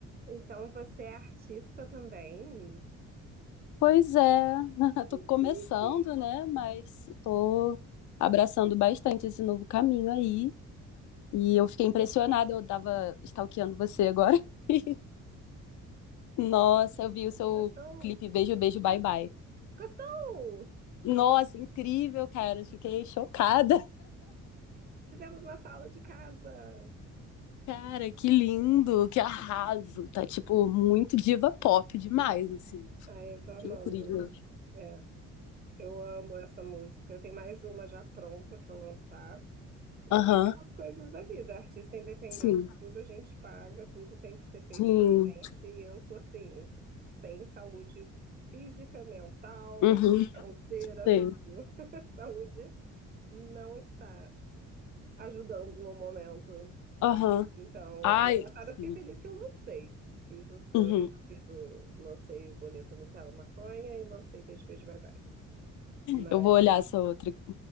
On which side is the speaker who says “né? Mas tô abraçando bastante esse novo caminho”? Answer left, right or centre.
Left